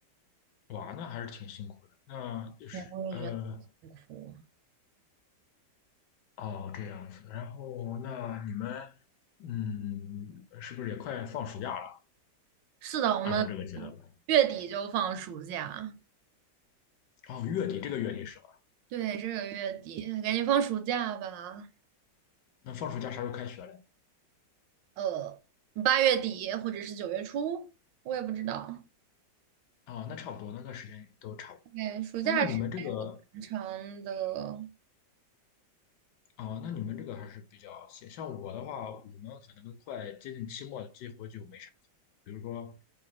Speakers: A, on the left; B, on the right.
A: 哇，那还是挺辛苦的。那就是呃，
B: 对，我也觉得很苦。
A: 哦，这样子。然后那你们，嗯，是不是也快放暑假了？
B: 是的，我们
A: 按照这个节奏来。
B: 月底就放暑假。
A: 哦，月底这个月底是吧？
B: 对，这个月底赶紧放暑假吧，
A: 那放暑假啥时候开学嘞？
B: 呃八月底或者是九月初，我也不知道。
A: 啊、那差不多，那个时间都差不多。
B: 对，暑假时间
A: 哎，那你们这个
B: 很长的，
A: 哦，那你们这个还是比较闲。像我的话，我们可能都快接近期末了，这回就没啥课。比如说，